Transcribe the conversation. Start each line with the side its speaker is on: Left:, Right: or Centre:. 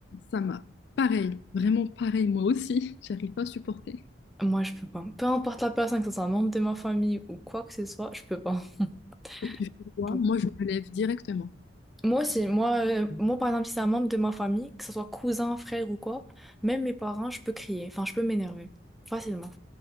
Left: Ça m'a. Pareil, vraiment pareil, moi aussi, <laughs> j'arrive pas à supporter.
Centre: Moi, je peux pas. Peu importe la personne, que ce soit un membre de ma famille ou quoi que ce soit, je peux pas. <laughs>
Left: Et tu fais quoi?
Centre: Donc,
Left: Moi, je me lève directement.
Centre: Moi aussi, moi, euh, moi, par exemple, si c'est un membre de ma famille, que ce soit cousin, frère ou quoi, même mes parents, je peux crier. Enfin, je peux m'énerver. Facilement.